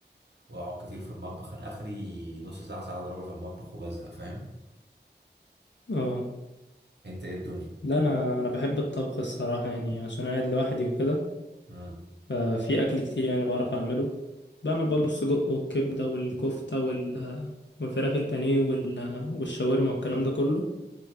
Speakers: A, on the right; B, on the left.
A: واقعد كتير في المطبخ انا اخري نص ساعه ساعه الا ربع في المطبخ وبزهق فاهم
B: اه
A: انت ايه الدنيا
B: لا انا انا بحب الطبخ الصراحه يعني عشان قاعد لوحدي وكده
A: مم.
B: ففي أكل كتير يعني بعرف أعمله بعمل برضو السجق والكبدة والكفتة وال... والفراخ البانيه وال... والشاورما والكلام ده كله